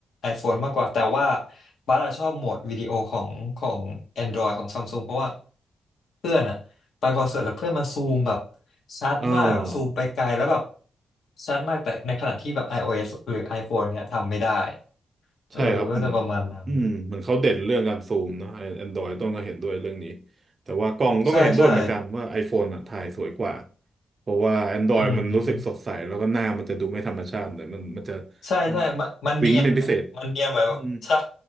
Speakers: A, on the left; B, on the right.
A: iPhone มากกว่าแต่ว่าบัสอะชอบโหมดวิดีโอของของ Android ของซัมซุงเพราะว่าเพื่อนอะไปคอนเสิร์ตแล้วเพื่อนมันซูมแบบชัดมากอะซูมไปไกลแล้วแบบ
B: อ่า
A: ชัดมากแต่ในขณะที่แบบ iOS หรือ iPhone เนี่ยทำไม่ได้เออ
B: ใช่ครับเหมือน
A: ก็จะประมาณนั้น
B: อืมเหมือนเขาเด่นเรื่องการซูมนะไอแอนดรอยต้องก็เห็นด้วยเรื่องนี้แต่ว่ากล้องต้องก็เห็นด้วยเหมือนกันว่า
A: ใช่ใช่
B: iPhone อ่ะถ่ายสวยกว่าเพราะว่า Android
A: อืม
B: มันรู้สึกสดใสแล้วก็หน้ามันจะดูไม่ธรรมชาติเลยมันมันจะ
A: ใช่ใช่มันมันเนียนไปมันเนียนไปแบบ
B: มันจะวิ้งเป็นพิเศษอืม
A: <laughs> ใช่